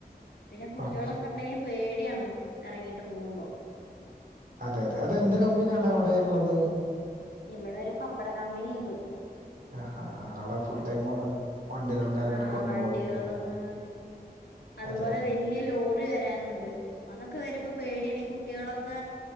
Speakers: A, on the left; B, on the right.
A: പിന്നെ കുട്ടികളൊക്കെ
B: ഓക്കെ
A: ഉണ്ടെങ്കിൽ പേടിയാണ് ഇറങ്ങീട്ട് പോകുമ്പം
B: അതെ അതെ അത് എന്ത് കമ്പനിയാണ് അവിടെ ള്ളത്
A: ഇവിടെ ഒരു പപ്പട കമ്പനി ഉണ്ട്
B: ആഹ് ആഹ് ആഹ് അവിടെ ഫുൾ ടൈം വണ്ടികളും കാര്യങ്ങളൊക്കെ
A: ആഹ്
B: വന്നു
A: വണ്ടികള്
B: പോകുന്നത്
A: ഉം അതുപോലെ
B: അതെ ഓക്കെ
A: വ വല്ല്യ ലോറി വരാനുണ്ട് അതൊക്കെ വരുമ്പ പേടിയാണ് ഈ കുട്ടികളൊക്കെ